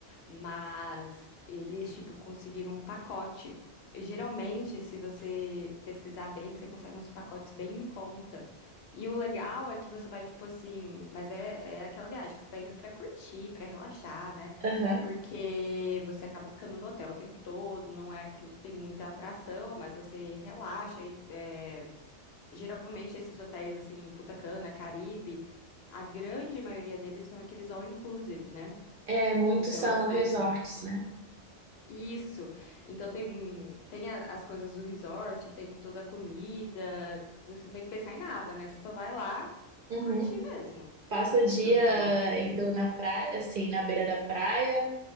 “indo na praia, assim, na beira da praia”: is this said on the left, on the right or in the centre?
Right